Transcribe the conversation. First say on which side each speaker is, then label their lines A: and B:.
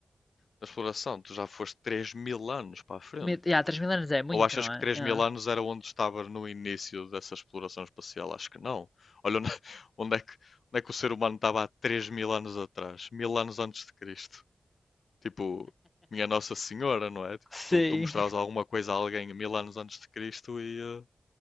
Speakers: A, on the left; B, on the left.
A: da exploração. Tu já foste 3 mil anos para a frente.
B: Mil- Ya, mil anos é muito,
A: Ou achas
B: não
A: que
B: é?
A: 3
B: Ya.
A: mil anos era onde estava no início dessa exploração espacial? Acho que não. Olha onde, <laughs> onde é que, onde é que o ser humano estava há 3 mil anos atrás, mil anos antes de Cristo. Tipo, minha Nossa Senhora, não é? Tipo,
B: Sim.
A: tu, tu mostravas alguma coisa a alguém mil anos antes de Cristo e. eh,